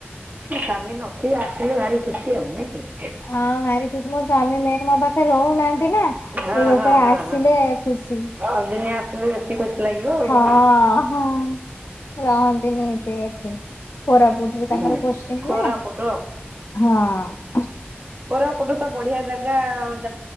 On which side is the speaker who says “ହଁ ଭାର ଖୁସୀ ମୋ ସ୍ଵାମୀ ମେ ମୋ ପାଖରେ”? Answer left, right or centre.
Left